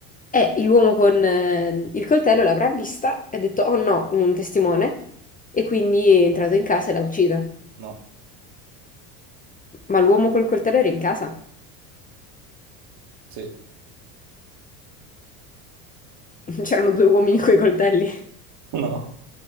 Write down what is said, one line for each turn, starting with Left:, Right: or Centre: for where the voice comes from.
Left: E l'uomo con eh, il coltello l'avrà vista e ha detto, oh no, un testimone, e quindi è entrato in casa e l'ha uccisa.
Right: No,
Left: Ma l'uomo col coltello era in casa.
Right: sì.
Left: <laughs> C'erano due uomini coi coltelli.
Right: No.